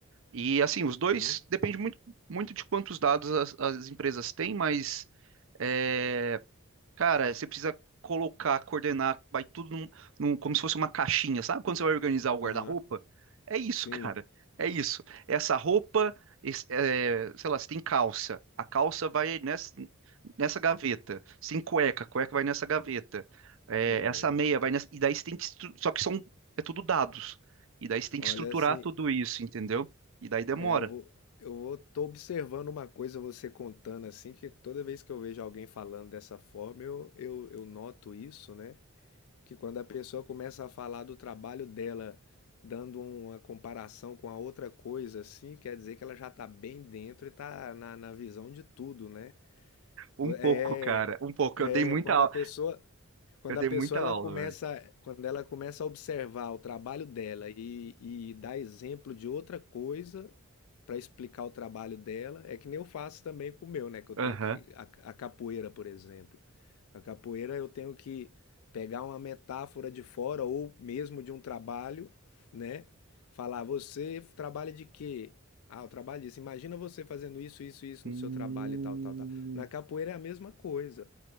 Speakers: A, on the right; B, on the left.
A: E assim, os dois
B: uhum,
A: depende muito, muito de quantos dados as, as empresas têm, mas é, Cara, você precisa colocar, coordenar, vai tudo num, num- como se fosse uma caixinha. Sabe quando você vai organizar o
B: aham,
A: guarda-roupa? É isso,
B: sim.
A: <laughs> cara. É isso. Essa roupa, esse- é, sei lá, você tem calça. A calça vai nessa, nessa gaveta. Você tem cueca, a cueca vai nessa gaveta. É,
B: É,
A: essa meia vai nessa. E daí você tem que. estru- Só que são, é tudo dados. E daí você tem
B: Olha,
A: que estruturar
B: assim,
A: tudo isso, entendeu? E daí demora.
B: é, eu vou, eu vou, tô observando uma coisa você contando assim, que toda vez que eu vejo alguém falando dessa forma, eu, eu, eu noto isso, né? que quando a pessoa começa a falar do trabalho dela, dando uma comparação com a outra coisa, assim, quer dizer que ela já está bem dentro e está na, na visão de tudo, né?
A: Um pouco,
B: É,
A: cara. Um pouco.
B: é
A: Eu dei muita
B: quando
A: aula.
B: a pessoa quando
A: Eu dei
B: a pessoa
A: muita
B: ela
A: aula,
B: começa,
A: velho.
B: quando ela começa a observar o trabalho dela e, e dar exemplo de outra coisa para explicar o trabalho dela, é que nem eu faço também com o meu, né? Que eu
A: Aham.
B: tenho que a, a capoeira, por exemplo. A capoeira eu tenho que pegar uma metáfora de fora ou mesmo de um trabalho, né? Falar, você trabalha de quê? Ah, eu trabalho disso. Imagina você fazendo isso, isso, isso
A: Hum,
B: no seu trabalho e tal, tal, tal. Na capoeira é a mesma coisa.